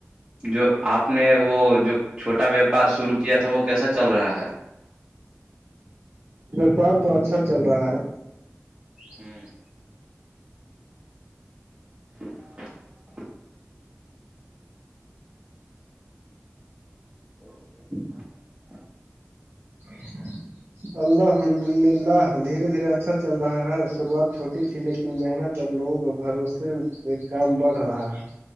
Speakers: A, on the right; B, on the right.
A: جو آپ نے وہ جو چھوٹا ویاپار شرو کیا تھا وہ کیسا چل رہا ہے
B: وپار تو اچھا چل رہا ہے
A: ہمم <unintelligible> <inaudible>
B: <unintelligible> الحمد للہ دھیرے دھیرے اچھا چل رہا ہے شروعات چھوٹی تھی لیکن محنت لوگوں کے بھروسے سے کام بڑھ رہا ہے